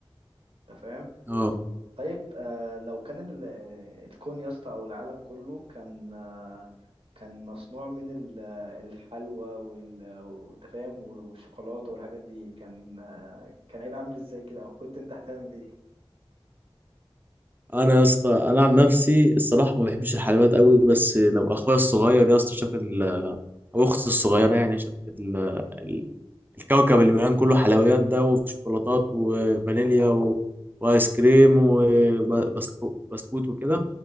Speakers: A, on the right; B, on the right.
A: انت فاهم
B: أه
A: طيب آه لو كان ال- آه، الكون يا اسطى او العالم كله كان آه كان مصنوع من ال- آه، الحلوى وال- وانت فاهم والشوكولاته والحاجات دي كان آه كان هيبقى عامل ازاي كده او كنت انت هتعمل ايه
B: أنا يا اسطى أنا عن نفسي الصراحة ما بحبش الحلويات قوي بس لو أخويا الصغير يا اسطى شاف ال... أو أختي الصغيرة يعني شافت ال... ال... الكوكب اللي مليان كله حلويات ده وشوكولاتات وفانيليا و... وايس كريم وبسكوت وكده